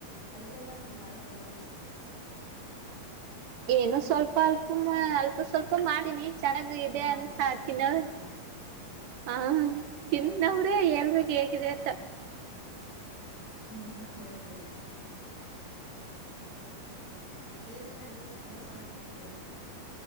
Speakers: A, on the left; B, on the right.
A: ಅಡಗೆ ಎಲ್ಲಾ ನಿಮ್ ಮಾಡಕ್ ಬರುತ್
B: ಏನು
A: ಹ್ಮ್
B: ಸ್ವಲ್ಪ ಅಲ್ಪ ಅಲ್ಪ ಸ್ವಲ್ಪ ಮಾಡಿನಿ ಚೆನ್ನಾಗ ಇದೆ
A: ಏನೋ
B: ಅಂತ
A: ಅಲ್ಪ ಸ್ವಲ್ಪ
B: ತಿನ್ನೋವ್ರೆ
A: ಮಾಡ್ತೀರಾ
B: ಹಾ
A: ಹ್ಮ್
B: ತಿನ್ನೋವ್ರೆ ಹೇಳ್ಬೇಕ ಹೇಗಿದೆ ಅಂತ
A: ತುನೋವ್ರೆ ಹೇಳ್ಬೇಕಾ ಹ್ಮ್ ಏನೇನ್ ಅಡಿಗೆ ತುಂಬಾ ಚೆನ್ನಾಗ್ ಮಾಡ್ತೀರಾ